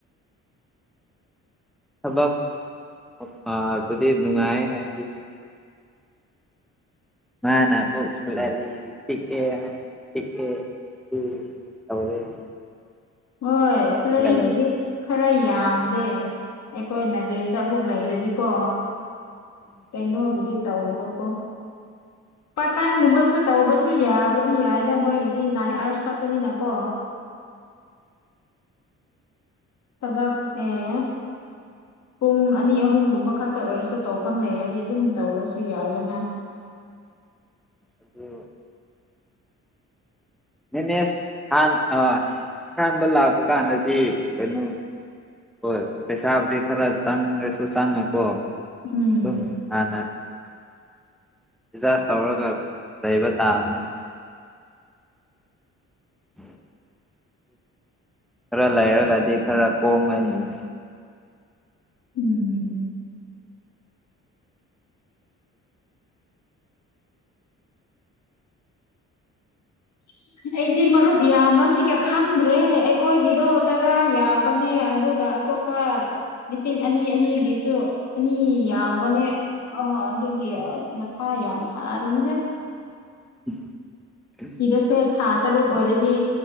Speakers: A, in the centre; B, on the left.
A: ꯊꯕꯛ <unintelligible> ꯑꯗꯨꯗꯤ ꯅꯨꯡꯉꯥꯢꯍꯥꯏꯗꯤ ꯃꯥꯅ ꯑꯃꯨꯛ ꯁꯂꯔꯤ ꯄꯤꯛꯄꯦ ꯍꯥꯢꯅ ꯄꯤꯛꯑꯦ ꯑꯗꯨ ꯇꯧꯔꯦꯒ
B: ꯍꯣꯏ ꯁꯦꯂꯔꯤꯕꯨꯗꯤ
A: ꯂꯩꯔꯦꯅꯦ
B: ꯈꯔ ꯌꯥꯝꯗꯦ ꯑꯩꯈꯣꯏꯅ ꯔꯦꯟꯗ ꯑꯃꯨꯛ ꯂꯩꯔꯗꯤꯀꯣ
A: <inaudible>
B: ꯀꯩꯅꯣꯕꯨꯗꯤ ꯇꯧꯕꯀꯣ ꯄꯥꯔꯠ ꯇꯥꯏꯝꯒꯨꯝꯕꯁꯨ ꯇꯧꯕꯁꯨ ꯌꯥꯕꯨꯗꯤ ꯌꯥꯏꯗ ꯃꯣꯏꯒꯤꯗꯤ ꯅꯥꯏꯟ ꯑꯥꯋꯔꯁ ꯈꯛꯇꯅꯤꯅꯀꯣ ꯊꯕꯛ ꯑꯦ ꯄꯨꯡ ꯑꯅꯤ ꯑꯍꯨꯝꯒꯨꯝꯕ ꯈꯠꯇꯪ ꯑꯣꯏꯔꯁꯨ ꯇꯧꯐꯝ ꯂꯩꯔꯗꯤ ꯑꯗꯨꯝ ꯇꯧꯔꯁꯨ ꯌꯥꯏꯗꯅ
A: ꯑꯗꯨ ꯃꯦꯅꯦꯁ ꯍꯥꯟ ꯑꯥ ꯑꯍꯥꯟꯕ ꯂꯥꯛꯄ ꯀꯥꯟꯗꯗꯤ ꯀꯩꯅꯣ ꯍꯣꯏ ꯄꯩꯁꯥꯕꯨꯗꯤ ꯈꯔ ꯆꯪꯔꯁꯨ ꯆꯪꯅꯀꯣ ꯑꯗꯨꯨꯝ
B: ꯎꯝ
A: ꯍꯥꯟꯅ ꯑꯦꯗꯖꯁ ꯇꯧꯔꯒ ꯂꯩꯕ ꯇꯥꯕꯅꯦ <unintelligible> ꯈꯔ ꯂꯩꯔꯒꯗꯤ ꯈꯔ ꯀꯣꯝꯒꯅꯤꯕ
B: ꯎꯝ <unintelligible> ꯑꯩꯗꯤ ꯃꯔꯨꯞ ꯌꯥꯝꯕꯁꯤꯒ ꯈꯪꯗ꯭ꯔꯦ ꯑꯩꯈꯣꯏꯒꯤꯗꯣ ꯇꯔꯥ ꯌꯥꯎꯕꯅꯦ ꯑꯗꯨꯒ ꯑꯇꯣꯞꯄ ꯂꯤꯁꯤꯡ ꯑꯅꯤ ꯑꯅꯤꯒꯤꯁꯨ ꯑꯅꯤ ꯌꯥꯎꯕꯅꯦ ꯑ ꯑꯗꯨ ꯒꯤ ꯑꯁ ꯃꯊꯥ ꯌꯥꯝ ꯁꯥꯔꯤꯃꯤꯅꯦ
A: <unintelligible>
B: ꯊꯤꯔꯁꯦ ꯊꯥ ꯇꯔꯨꯛ ꯑꯣꯏꯔꯗꯤ